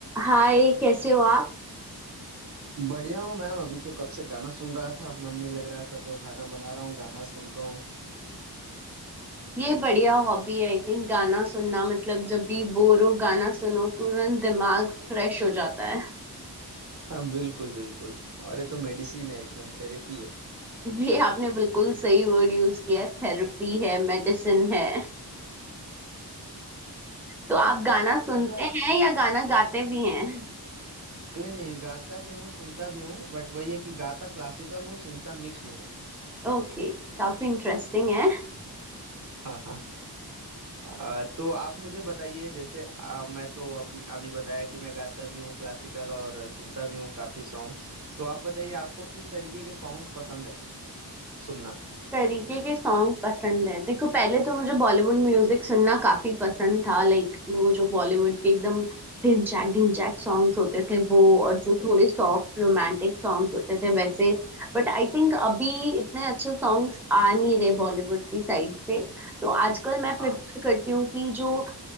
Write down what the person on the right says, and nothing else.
बढ़िया हूँ मैम अभी तो कब से गाना सुन रहा था मन नहीं लग रहा था तो खाना बना रहा हूँ गाना सुन रहा हूँ
हाँ बिल्कुल बिल्कुल और ये तो मेडिसिन है एकदम थेरेपी है
अच्छा
नहीं नहीं गाता भी हूँ सुनता भी हूँ बट वही है कि गाता क्लासिकल हूँ सुनता मिक्स्ड हूँ
हाँ हाँ आ, तो आप मुझे बताइए जैसे आ, मैं तो अपन अभी बताया कि मैं गाता भी हूँ क्लासिकल और सुनता भी हूँ काफी सॉन्ग्स तो आप बताइए आपको किस तरीके के सॉन्ग पसंद है सुनना
हाँ